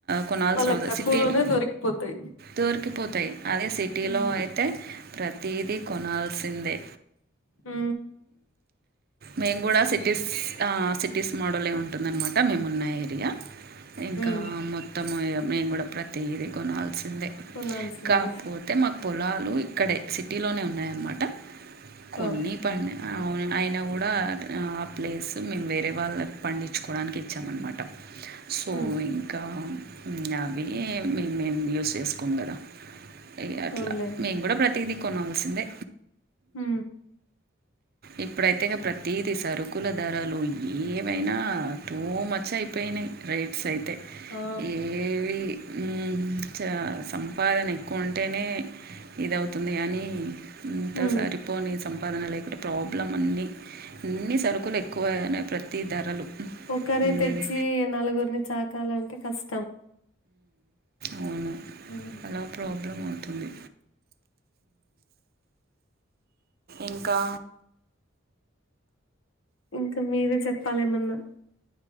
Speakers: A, on the right; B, on the left.
A: కొనాల్సిన
B: వాళ్ళకి
A: అవస
B: తక్కువలోనే
A: సిటీలో
B: దొరికిపోతాయి
A: దొరికిపోతాయి అదే సిటీలో
B: ఉమ్
A: అయితే ప్రతిదీ కొనాల్సిందే
B: హ్
A: మేము కూడా సిటీస్ ఆ సిటీస్ మోడలే ఉంటుందన్నమా అట మేమున్న ఏరియా ఇంకా
B: ఉమ్
A: మొత్తం నేను కూడా ప్రతిది కొ స్సిందే
B: కొనాల్సిందే
A: కాకపోతే మాకు పొలాలు ఇక్కడే సిటీలోనే ఉన్నాయన్నమాట కొన్ని
B: ఆ
A: పడి అవును అయినా కూడా ఆ ప్లేస్ మేము వేరే వాళ్ళుకు పండించుకోవడానికి ఇచ్చాము అన్నమాట సో
B: ఉమ్
A: ఇంకా ఇంగ అవి మే మేము యూస్ చేసుకోం కదా ఇగ అట్లా
B: అవునులేండి
A: మేము కూడా ప్రతిదీ కొనాల్సిందే
B: హ్
A: ఇప్పుడైతేగా ప్రతీది సరుకుల ధరలు ఏవైనా టు మచ్ ఆ రైట్స్ అయితే
B: ఆ
A: ఏవి హుమ్ చా సంపాదన ఎక్కువ ఉంటేనే ఇదవుతుంది గానీ ఎంత
B: ఉమ్
A: సరిపోనీ సంపాదన లేకుంటే ప్రాబ్లం అన్ని అన్ని సరుకులు ఎక్కువ ప్రతి ధరలు
B: ఒక్కరే
A: మ్మ్
B: తెచ్చి నలుగురిని చాకాలంటే కష్టం
A: అవును
B: ఉమ్
A: అలా ప్రాబ్లం అవుతుంది ఇంకా
B: ఇంకా మీరే చెప్పాలేమన్నా